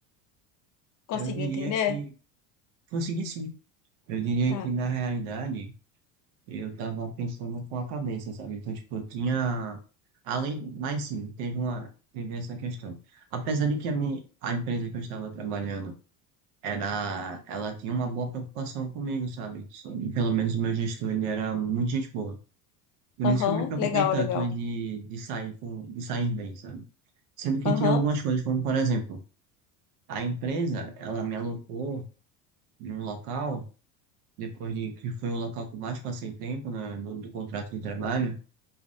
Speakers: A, on the left; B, on the right.
A: Conseguiu
B: Eu diria
A: entender?
B: que consegui sim. Eu diria
A: Tá.
B: que na realidade eu tava pensando com a cabeça, sabe? Então, tipo, eu tinha. Além, mas sim, teve uma. Teve essa questão. Apesar de que a, minha, a empresa que eu estava trabalhando era. Ela tinha uma boa preocupação comigo, sabe? Sobre, pelo menos o meu gestor, ele era muito gente boa. Por
A: Aham,
B: isso que eu me preocupei
A: legal,
B: tanto
A: legal.
B: de, de sair com, de sair bem, sabe? Sendo que
A: Aham,
B: tinha algumas coisas, como por exemplo. A empresa, ela me alocou em um local, depois de que foi o local que eu mais passei tempo né, no, do contrato de trabalho,